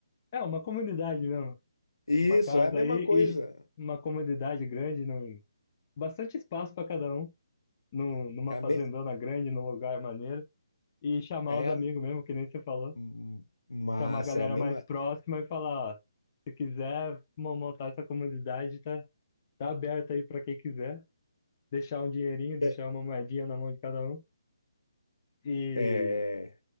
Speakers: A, on the left; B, on the left.
A: é, uma comunidade mesmo.
B: isso,
A: Uma casa
B: é a mesma
A: aí
B: coisa.
A: e uma comunidade grande, num, bastante espaço para cada um, num, numa
B: É a
A: fazendona
B: me...
A: grande, num lugar maneiro, e chamar
B: é
A: os amigos
B: a...
A: mesmo, que nem você falou,
B: hum, Massa,
A: chamar a galera
B: é a mesma...
A: mais próxima e falar, ó, se quiser mo- montar essa comunidade, tá? Tá aberto aí para quem quiser. Deixar um dinheirinho, deixar
B: É...
A: uma moedinha na mão de cada um. E
B: é-